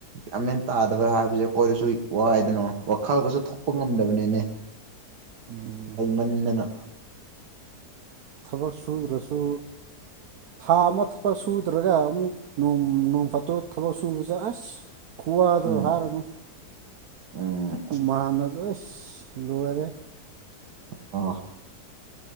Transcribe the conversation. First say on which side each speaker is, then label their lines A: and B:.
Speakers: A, on the right (about 85°); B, on the right (about 70°).
A: ꯌꯥꯝꯃꯦꯟ ꯇꯥꯗꯕ ꯍꯥꯏꯕꯁꯦ ꯑꯩꯈꯣꯏꯗꯁꯨ ꯋꯥꯏꯗꯅꯣ ꯋꯥꯈꯜꯒꯁꯨ ꯊꯣꯛꯄ ꯉꯝꯗꯕꯅꯤꯅꯦ
B: ꯎꯝ
A: ꯂꯩꯩꯃꯟꯗꯅ
B: ꯊꯕꯛ ꯁꯨꯗ꯭ꯔꯁꯨ ꯊꯥ ꯑꯃ ꯊꯕꯛ ꯁꯨꯗ꯭ꯔꯒ ꯑꯃꯨꯛ ꯅꯣꯡ ꯐꯥꯗꯣꯛ ꯊꯕꯛ ꯁꯨꯕꯁꯦ ꯑꯁ ꯈꯨꯨꯋꯥ ꯗꯨ
A: ꯎꯝ
B: ꯍꯥꯏꯔꯨꯅꯨ
A: ꯎꯝ
B: ꯍꯨꯃꯥꯝꯅꯁꯨ ꯑꯁ ꯂꯣꯏꯔꯦ
A: ꯑꯣ